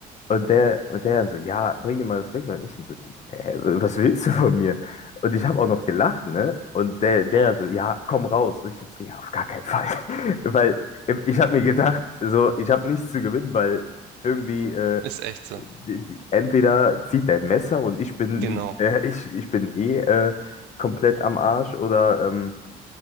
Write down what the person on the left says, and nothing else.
und der, und der dann so, ja, bring dir mal Respekt. Und ich dann so, hä, was willst du von mir? Und ich habe auch noch gelacht, ne? Und der, der
dann so, ja, komm raus. Und ich dann so, ja, auf gar keinen Fall. <laughs> Weil ähm, ich habe mir gedacht, so, ich habe nichts zu gewinnen, weil irgendwie. äh,
die, die, entweder zieht er ein Messer und ich bin,
äh, ich, ich bin eh äh, komplett am Arsch oder ähm,